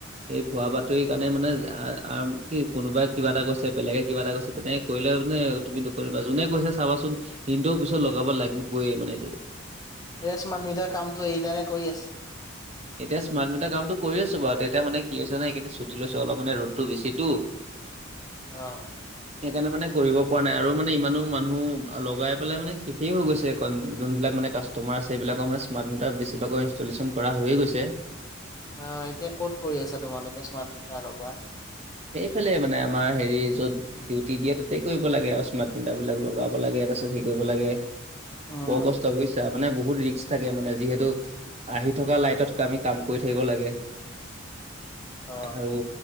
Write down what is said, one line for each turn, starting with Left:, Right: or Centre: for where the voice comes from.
Right: এই ভুৱা বাতৰি কাৰণে মানে আ আম কি কোনোবাই কিবা এটা কৈছে বেলেগে কিবা এটা কৰিছে তেনে কৰিলে মানে তুমি দুখ কৰিবা, যোনে কৈছে চাবাচোন কিন্তু পিছত লগাব লাগিবই মানে এইটো।
Left: এ স্মাৰ্ট মিটাৰ কামটো এৰিলা নে কৰি আছা।
Right: এতিয়া স্মাৰ্ট মিটাৰ কামটো কৰি আছো বাৰু তেতিয়া মানে কি হৈছে ন এইকেইদিন চুটি লৈছো অলপ মানে ৰদটো বেছি টো।
Left: অ,
Right: সেইকাৰণে মানে কৰিব পৰা নাই আৰু মানে ইমানো মানুহ লগাই পেলাই মানে শেষেই হৈ গৈছে কণ যোনবিলাক মানে কাস্ট মাৰ আছে এইবিলাকৰ মানে স্মাৰ্ট মিটাৰ বেছি ভাগৰ ইনষ্টলেশ্যন কৰা হৈ গৈছে।
Left: অ, এতিয়া ক'ত কৰি আছা তোমালোকে স্মাৰ্ট মিটাৰ লগোৱা?
Right: সেইফালে মানে আমাৰ হেৰি য'ত ডিউটি দিয়ে তাতেই কৰিব লাগে আৰু স্মাৰ্ট মিটাৰ বিলাক লগাব লাগে তাৰপাছত হেৰি কৰিব লাগে,
Left: উম
Right: বৰ কষ্ট বুজিছা মানে বহুত ৰিক্স থাকে মানে যিহেতু আহি থকা লাইটত আমি কাম কৰি থাকিব লাগে,
Left: অ
Right: আৰু,